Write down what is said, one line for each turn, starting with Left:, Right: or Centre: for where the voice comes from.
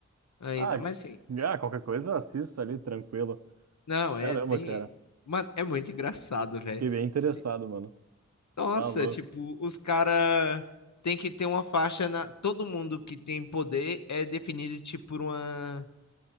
Left: ainda.
Right: Ah,
Left: Mas, assim,
Right: ah, qualquer coisa eu assisto ali, tranquilo.
Left: não, é,
Right: Caramba,
Left: tem...
Right: cara.
Left: Mano, é muito engraçado, velho.
Right: Fiquei bem interessado,
Left: Ti-
Right: mano.
Left: Nossa,
Right: Tá louco.
Left: tipo, os cara tem que ter uma faixa na... Todo mundo que tem poder é definido, tipo, por uma...